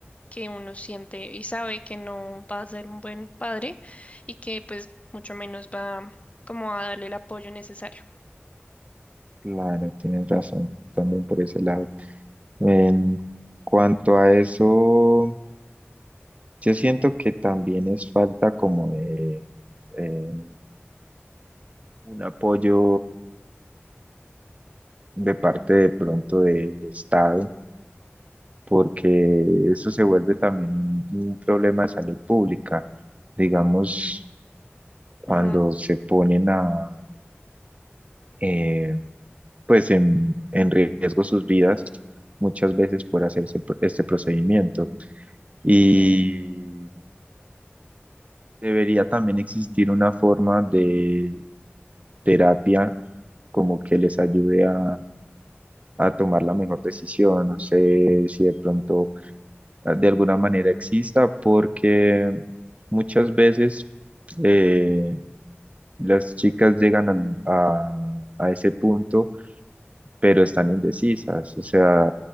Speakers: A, on the left; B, on the right.
A: que uno siente y sabe que no va a ser un buen padre y que pues mucho menos va como a darle el apoyo necesario.
B: claro, tienes razón también por ese lado. En cuanto a eso, yo siento que también es falta como de, eh, un apoyo de parte de pronto del Estado porque esto se vuelve también un problema de salud pública. Digamos, cuando
A: Ujú,
B: se ponen a, eh, pues en, en riesgo sus vidas muchas veces por hacerse pr- este procedimiento. Y
A: sí,
B: debería también existir una forma de terapia como que les ayude a, a tomar la mejor decisión. No sé si de pronto eh, de alguna manera exista, porque muchas veces eh, las chicas llegan a, a- a ese punto, pero están indecisas, o sea,